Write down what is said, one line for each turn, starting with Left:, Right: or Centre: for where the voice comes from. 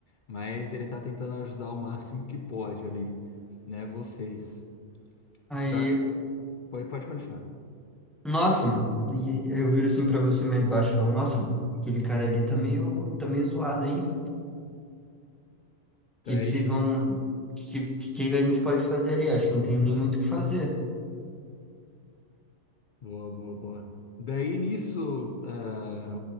Left: mas ele tá tentando ajudar o máximo que pode ali, né, vocês.
Centre: Aí,
Left: Tá? Pode, pode continuar.
Centre: nossa, mano. E aí eu viro assim pra você mais baixo e falo, nossa, mano, aquele cara ali tá meio, tá meio zoado, hein?
Left: Daí,
Centre: que que vocês vão. Que, que que a gente pode fazer ali? Acho que não tem nem muito o que fazer.
Left: boa, boa, boa. Daí nisso, ah,